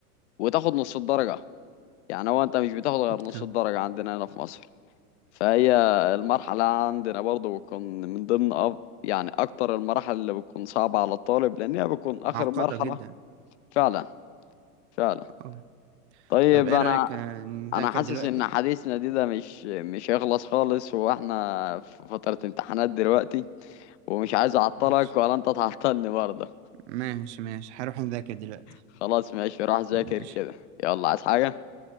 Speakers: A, on the left; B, on the right.
A: وتاخد نص الدرجة يعني هو انت مش بتاخد غير نص
B: تمام.
A: الدرجة عندنا هنا في مصر فهي المرحلة عندنا برضه بتكون من ضمن أب... يعني أكتر المراحل اللي بتكون صعبة على الطالب لأن هي بتكون آخر
B: معقده
A: مرحلة
B: جدا
A: فعلا فعلا
B: اه
A: طيب
B: طب ايه
A: أنا
B: رايك آه، نذاكر
A: أنا حاسس
B: دلوقتي
A: إن حديثنا دي ده مش مش هيخلص خالص وإحنا في فترة امتحانات دلوقتي ومش عايز أعطلك
B: ماشي
A: ولا أنت تعطلني برضه
B: ماشي ماشي هروح أذاكر دلوقتي
A: خلاص ماشي روح ذاكر
B: ماشي
A: كده يلا عايز حاجة؟